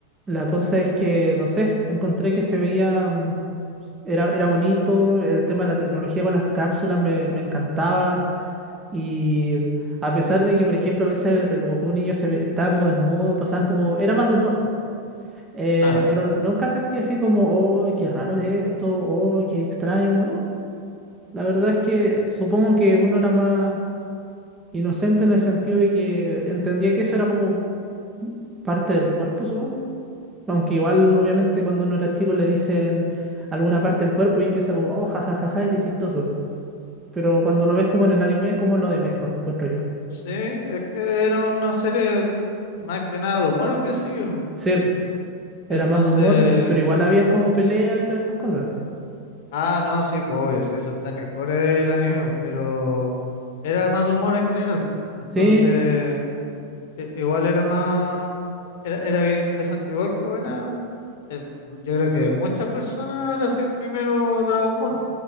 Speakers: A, on the right; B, on the left.
A: la cosa es que, no sé, encontré que se veía. mm, era, era bonito, el tema de la tecnología con las cápsulas me, me encantaba. Y a pesar de que, por ejemplo, a veces el, el Goku niño se ve- estaba como desnudo, pasaban como. Era más de humor. po. Eh,
B: Claro.
A: pero no- nunca sentí así como, ¡oh, qué raro es esto! ¡oh, qué extraño! No, la verdad es que supongo que uno era más inocente en el sentido de que entendía que eso era como parte del cuerpo, supongo. Aunque igual, obviamente, cuando uno era chico le dicen alguna parte del cuerpo y empieza como, ¡oh, jajajaja, qué chistoso! pero cuando lo ves como en el anime es como lo de menos,
B: Ujú.
A: encuentro yo.
B: Sí, es que era una serie más que nada de humor al principio.
A: Sí,
B: Entonces.
A: era más de humor, pero igual habían como peleas y todas estas cosas.
B: Ah, no, sí, pues obvio, sí, eso está en el core del anime, pues, pero era más de humor en general. pues. Entonces,
A: Sí,
B: i- igual era más. Era, era bien interesante. Igual que buena. eh, yo creo que muchas personas habrá sido el primero Dragon Ball.